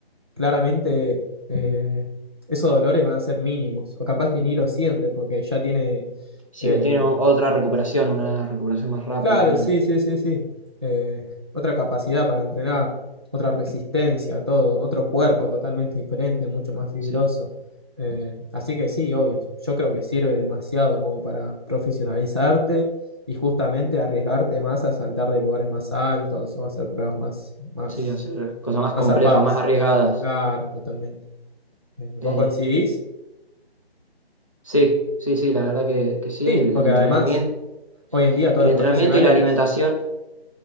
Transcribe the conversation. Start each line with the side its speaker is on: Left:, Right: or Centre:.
Right: claramente eh, esos dolores van a ser mínimos, o capaz que ni lo siente porque ya tiene
Left: Sí,
Right: eh,
Left: o tiene o- otra recuperación, una recuperación más rápida,
Right: Claro,
Left: ponele.
Right: sí, sí, sí, sí. Eh, otra capacidad para entrenar, otra resistencia, todo, otro cuerpo totalmente diferente, mucho más fibroso.
Left: Sí,
Right: Eh, así que sí, obvio, yo creo que sirve demasiado como para profesionalizarte y justamente arriesgarte más a saltar de lugares más altos o a hacer pruebas más, más,
Left: sí, hacer cosas más
Right: más
Left: complejas,
Right: zarpadas.
Left: más arriesgadas.
Right: Claro, totalmente. Eh, ¿vos
Left: Eh,
Right: coincidís?
Left: sí, sí, sí, la verdad que, que sí,
Right: Sí,
Left: el,
Right: porque
Left: el entrenamiento
Right: además, hoy en día todos
Left: El
Right: los
Left: entrenamiento
Right: profesionales...
Left: y la alimentación,